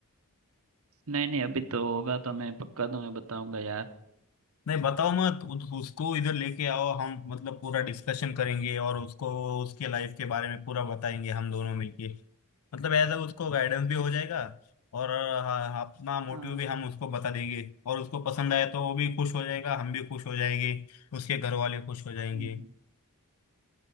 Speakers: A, on the right (about 65°); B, on the left (about 75°).
A: नहीं नहीं अभी तो होगा तो मैं पक्का तुम्हें बताऊंगा यार
B: नहीं बताओ मत उ- उसको इधर लेके आओ हम मतलब पूरा डिस्कशन करेंगे और उसको उसके लाइफ के बारे में पूरा बताएंगे हम दोनों मिलके मतलब एज उसको गाइडेंस भी हो जाएगा और हाँ, अपना मोटिव
A: हाँ
B: भी हम उसको बता देंगे और उसको पसंद आए तो वो भी खुश हो जाएगा हम भी खुश हो जाएंगे उसके घर वाले खुश हो जाएंगे
A: हम्म,